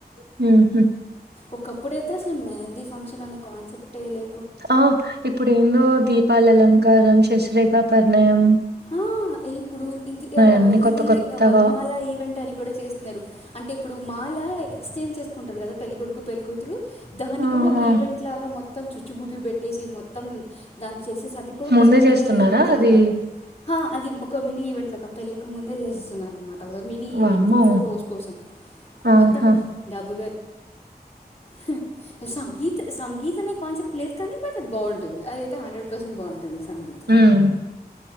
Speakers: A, on the right; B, on the left.
A: హ
B: ఒకప్పుడు అయితే అసలు మెహందీ ఫంక్షన్ అనే కాన్సెప్టే లే
A: ఆ ఇప్పుడు ఏందో దీపాలల కారం, శశిరేఖాపర్ణయం
B: ఆ ఇప్పుడు ఇది ఇ
A: అన్ని
B: అ
A: కొత్త
B: ఇది
A: కొత్తగా
B: వర్మాల ఈవెంట్ అని కూడా చేస్తున్నారు. అంటే ఇప్పుడు మాల ఎక్స్చేంజ్ చేసుకుంటారు. కదా పెళ్లికొడుకు, పెళ్లికూతురు దాన్ని
A: ఆ
B: కూడా ఒక
A: ఆ
B: ఈవెంట్ లాగా మొత్తం చుచ్చు బుడ్లు పెట్టేసి మొ మొత్తం దాన్ని చేసేసి అది కూడా
A: ముందే
B: సింగిల్
A: చేస్తున్నారా
B: ఈవెంట్
A: అది
B: లాగా హా అది ఒక మినీ ఈవెంట్ పెళ్ళికి ముందు చేస్ న్న మ మినీ
A: వామ్మో
B: ఈవెంట్ ఫొటోస్ కోసం
A: ఆహా
B: మొత్తం డబ్బు హ్ సంగీత్ సంగీతనే కాన్సెప్ట్ లేద్ కానీ బట్ అది బావుంటుంది. అదయితే హండ్రెడ్ పర్సెంట్ బాంది. తన సంగీత్
A: ఉమ్